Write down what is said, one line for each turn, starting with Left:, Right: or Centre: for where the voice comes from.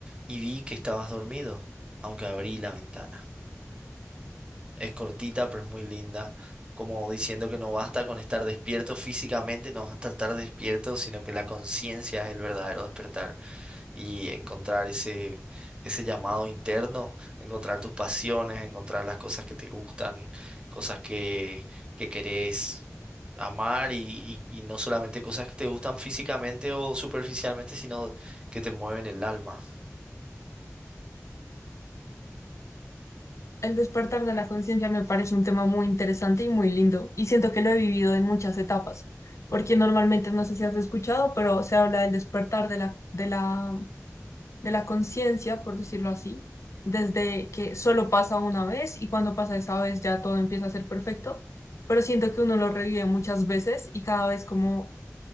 Right: y vi que estabas dormido, aunque abrí la ventana. Es cortita, pero es muy linda, como diciendo que no basta con estar despierto físicamente, no basta estar despierto, sino que la conciencia es el verdadero despertar y encontrar ese, ese llamado interno, encontrar tus pasiones, encontrar las cosas que te gustan, cosas que, que querés. amar y, y y no solamente cosas que te gustan físicamente o superficialmente, sino que te mueven el alma.
Left: El despertar de la conciencia me parece un tema muy interesante y muy lindo, y siento que lo he vivido en muchas etapas, porque normalmente no sé si has escuchado, pero se habla del despertar de la, de la, de la conciencia, por decirlo así, desde que solo pasa una vez y cuando pasa esa vez ya todo empieza a ser perfecto, pero siento que uno lo revive muchas veces y cada vez como